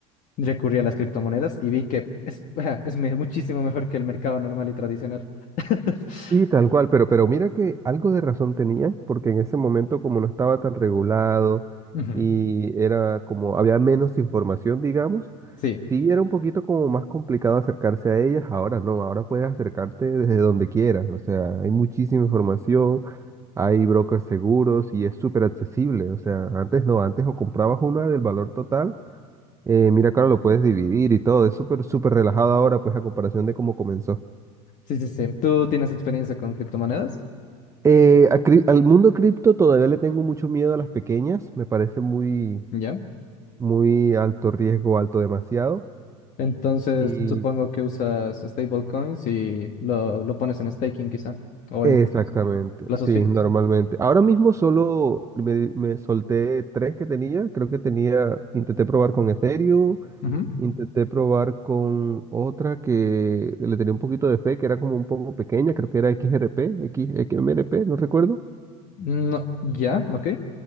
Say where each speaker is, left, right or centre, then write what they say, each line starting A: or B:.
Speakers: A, on the left; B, on the right.
A: recurrí a las criptomonedas y vi que es, <laughs> es me- muchísimo mejor que el mercado normal y tradicional. <laughs>
B: Sí, tal cual, pero, pero mira que algo de razón tenía, porque en ese momento como no estaba tan regulado
A: Ujú.
B: y era como había menos información, digamos,
A: Sí,
B: sí era un poquito como más complicado acercarse a ellas, ahora no, ahora puedes acercarte desde donde quieras, o sea, hay muchísima información, hay brokers seguros y es súper accesible, o sea, antes no, antes o comprabas una del valor total, eh, mira que ahora lo puedes dividir y todo, es súper, súper relajado ahora, pues a comparación de cómo comenzó.
A: sí, sí, sí. Tú tienes experiencia con criptomonedas,
B: Eh, a cri- al mundo cripto todavía le tengo mucho miedo a las pequeñas, me parece muy,
A: ¿ya?
B: muy alto riesgo, alto demasiado.
A: Entonces,
B: Y
A: supongo que usas stablecoins y lo, lo pones en staking quizá, o
B: exactamente,
A: en plazos plazos
B: sí,
A: fijos.
B: normalmente. Ahora mismo solo me, me solté tres que tenía, creo que tenía, intenté probar con Ethereum,
A: Ujú.
B: intenté probar con otra que le tenía un poquito de fe, que era como un poco pequeña, creo que era XRP, X, XMRP, no recuerdo.
A: No, ya, ok,